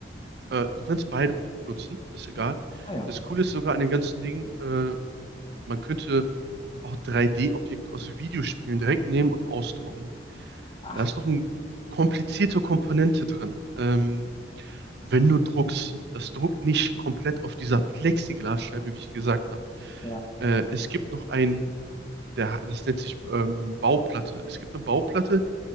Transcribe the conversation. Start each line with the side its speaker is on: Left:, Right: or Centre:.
Right: äh, du kannst beide benutzen, das ist egal.
Left: Ah ja.
Right: Das Coole ist sogar an den ganzen Dingen, äh, man könnte auch 3D-Objekte aus Videospielen direkt nehmen und ausdrucken.
Left: Ach,
Right: Da ist noch eine komplizierte Komponente drin. Ähm, wenn du druckst, das druckt nicht komplett auf dieser Plexiglasscheibe, wie ich gesagt habe.
Left: ja.
Right: Äh, es gibt noch ein, der, das nennt sich ähm, Bauplatte. Es gibt eine Bauplatte,